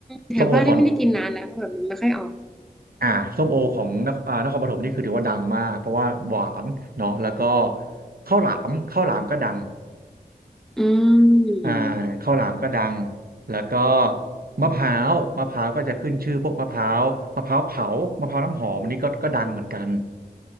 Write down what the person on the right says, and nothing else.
ส้มโอของ อ่าส้มโอของนครอ่านครปฐมนี่คือถือว่าดังมากเพราะว่าหวานเนาะแล้วก็ข้าวหลามข้าวหลามก็ดัง
อ่าข้าวหลามก็ดังแล้วก็มะพร้าวมะพร้าวก็จะขึ้นชื่อพวกมะพร้าวมะพร้าวเผามะพร้าวน้ำหอมอันนี้ก็ก็ดังเหมือนกัน